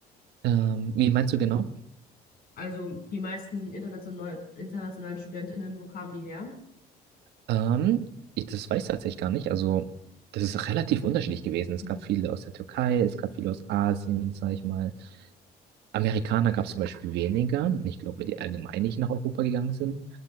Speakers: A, on the right (about 80°); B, on the left (about 65°).
A: ähm, wie meinst du genau?
B: Also die meisten international, internationalen StudentInnen, wo kamen die her?
A: Ähm, ich, das weiß ich tatsächlich gar nicht. Also, das ist relativ unterschiedlich gewesen. Es
B: Mhm.
A: gab viele aus der Türkei, es gab viele aus Asien, sag ich mal. Amerikaner gab es zum Beispiel weniger. Ich glaube, weil die allgemein nicht nach Europa gegangen sind.